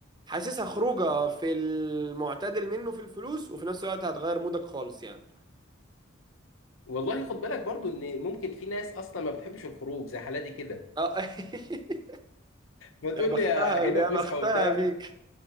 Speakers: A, on the right; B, on the left.
A: حاسسها خروجه في المعتدل منه في الفلوس وفي نفس الوقت هتغير مودك خالص يعني
B: والله خد بالك برضو ان ممكن في ناس اصلا ما بتحبش الخروج زي حالاتي كده
A: اه <laughs>
B: فتقول
A: يا بختها
B: لي يا هنا
A: يا
B: فسحه
A: بختها
B: وبتاع
A: بيك